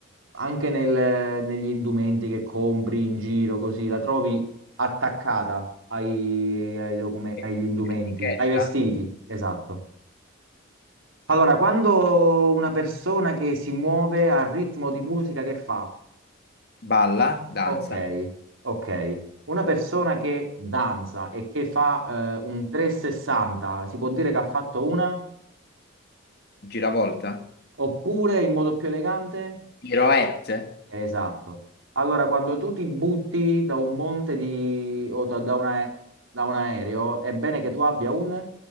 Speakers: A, on the right (about 80°); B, on the left (about 50°).
A: anche nel- negli indumenti che compri in giro, così, la trovi attaccata ai- ai docume- agli
B: E-
A: indumenti,
B: etichetta,
A: ai vestiti, esatto. Allora, quando una persona che si muove al ritmo di musica che fa?
B: balla, danza,
A: Ok, ok. Una persona che danza e che fa eh, un 360, si può dire che ha fatto una?
B: giravolta,
A: Oppure in modo più elegante?
B: piroette,
A: Esatto. Allora, quando tu ti butti da un monte di... o da da una- da un aereo, è bene che tu abbia un...